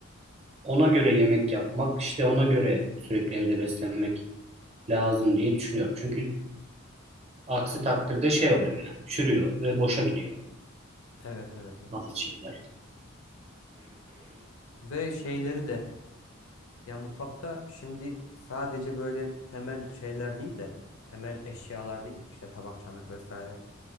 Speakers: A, on the right; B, on the left.
A: ona göre yemek yapmak, işte ona göre sürekli evde beslenmek lazım diye düşünüyorum. Çünkü Aksi takdirde şey oluyor yani çürüyor ve boşa gidiyor
B: Evet evet evet.
A: bazı şeyler.
B: Ve şeyleri de ya mutfakta şimdi sadece böyle temel şeyler değil de temel eşyalar değil de işte tabak, çanak vesaire.